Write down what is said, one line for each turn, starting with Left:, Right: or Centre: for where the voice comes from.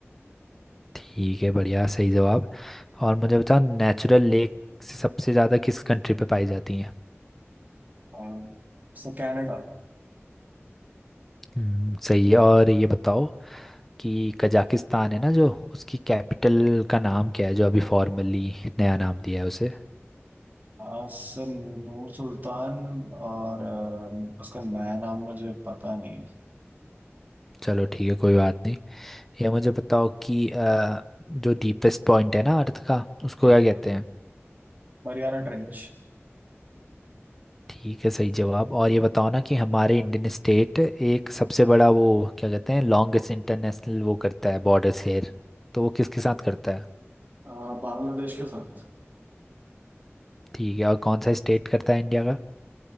Centre: ठीक है बढ़िया सही जवाब और मुझे बताओ नेचुरल लेक से सबसे ज़्यादा किस कंट्री पे पाई जाती हैं
Right: आ, sir Canada
Centre: हम्म, सही है और ये बताओ कि कजाकिस्तान है ना जो उसकी कैपिटल का नाम क्या है जो अभी फॉर्मली नया नाम दिया है उसे
Right: आ, Sir Nur Sultan और आ, उसका नया नाम मुझे पता नहीं है
Centre: चलो ठीक है कोई बात नहीं ये मुझे बताओ कि अ, जो डीपेस्ट पॉइंट है ना अर्थ का उसको
Right: जी
Centre: क्या कहते हैं
Right: Mariana Trench
Centre: ठीक है सही जवाब और ये बताओ ना कि हमारे इंडियन स्टेट एक सबसे बड़ा वो क्या कहते हैं लॉन्गेस्ट इंटरनेशनल वो करता है बॉर्डर शेयर तो वो किसके साथ करता है
Right: आ, बांग्लादेश के साथ
Centre: ठीक है और कौन सा स्टेट करता है इंडिया का